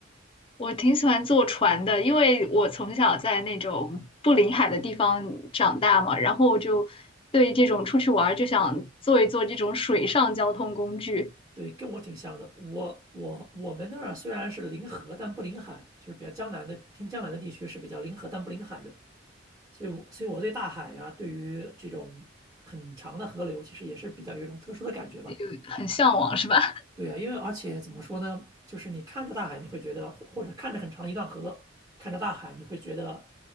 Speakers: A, on the left; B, on the right.
A: 我挺喜欢坐船的，因为我从小在那种不临海的地方长大嘛，然后我就对这种出去玩儿就想坐一坐这种水上交通工具，
B: 对，跟我挺像的。我我我们那儿虽然是临河，但不临海，就是比较江南的偏江南的地区是比较临河但不临海的。所以我，所以我对大海呀、对于这种很长的河流，其实也是比较有一种特殊的感觉吧。
A: 有很向往，是吧？
B: 对呀，因为而且怎么说呢，就是你看着大海，你会觉得，或或者看着很长的一段河，看着大海，你会觉得